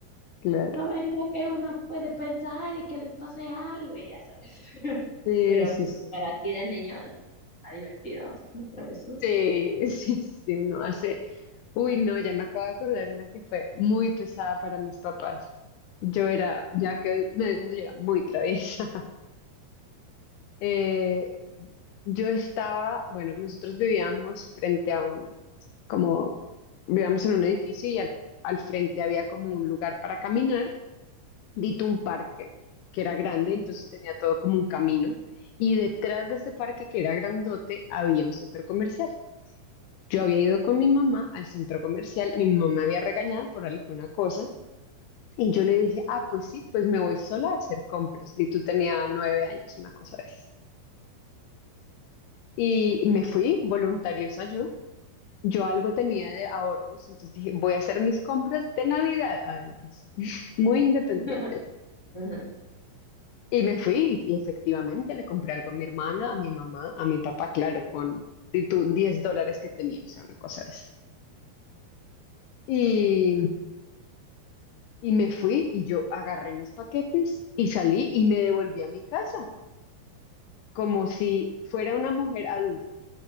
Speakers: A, on the left; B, on the left.
A: claro.
B: No ven lo que uno puede pensar y que les pase algo y ya sabes. <laughs>
A: Sí,
B: Pero
A: sí,
B: pues
A: sí.
B: para ti de niño está divertido, es una travesura.
A: Sí, <laughs> sí, sí, uno hace. Uy, no, ya me acabo de acordar una que fue muy pesada para mis papás. Yo era, ya que me doy cuenta, yo era muy traviesa. <laughs> Eh, yo estaba, bueno, nosotros vivíamos frente a un, como, vivíamos en un edificio y al, al frente había como un lugar para caminar, dito un parque, que era grande,
B: Mm.
A: entonces tenía todo como un camino. Y detrás de ese parque, que era grandote, había un centro comercial. Yo había ido con mi mamá al centro comercial, mi mamá me había regañado por alguna cosa y yo le dije, ah, pues sí, pues me voy sola a hacer compras. Y tú tenía nueve años, una cosa de esas. Y me fui voluntariosa yo. Yo algo tenía de ahorros, entonces dije, voy a hacer mis compras de Navidad, además, <laughs> muy independiente.
B: <laughs> Ajá.
A: Y me fui y efectivamente le compré algo a mi hermana, a mi mamá, a mi papá, claro, con de tu 10 dólares que tenía, o sea, una cosa de esas. Y Y me fui y yo agarré mis paquetes y salí y me devolví a mi casa, como si fuera una mujer adulta.